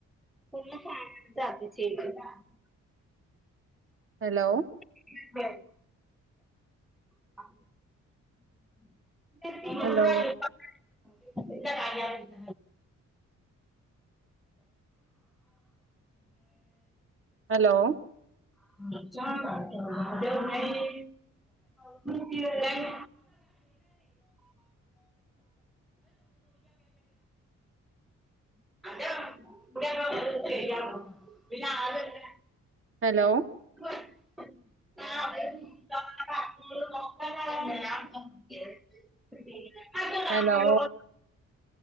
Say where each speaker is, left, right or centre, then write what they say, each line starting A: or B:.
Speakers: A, in the centre; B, on the right.
A: <unintelligible>
B: ഹലോ
A: <unintelligible> <unintelligible>
B: ഹലോ
A: <unintelligible>
B: ഹലോ
A: <unintelligible> <unintelligible> <unintelligible>
B: ഹലോ
A: <unintelligible> <unintelligible> <unintelligible> <unintelligible>
B: ഹലോ